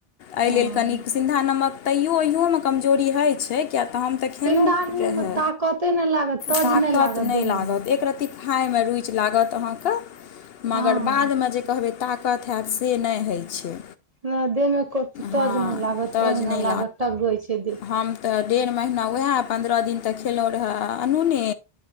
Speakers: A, on the left (about 70°); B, on the right (about 40°).
A: एहि
B: हँ
A: लेलेल कनी सिन्धा नमक तैयो ओहिओमे कमजोरी होइत छै।। किया तऽ हम तऽ खेलहुँं
B: सिन्धा नून
A: रहै
B: मे ताकते नहि लागत तज
A: ताकत
B: लागत
A: नहि
B: देह
A: लागत
B: मे
A: एकरत्ती।। खाायमे रूचि लागत अहाँके मगर
B: हँ
A: बादमे जे कहबै।। ताकत हैत से नहि होइ छै।।
B: नहि देहमे को तज
A: हँ
B: नहि लागत
A: तज
B: ओहिना
A: नहि
B: लागत टगई छै देह।
A: हम तऽ डेढ़ महिना वएह पन्द्रह दिन तक खेलहुँ रहऽ अनूने।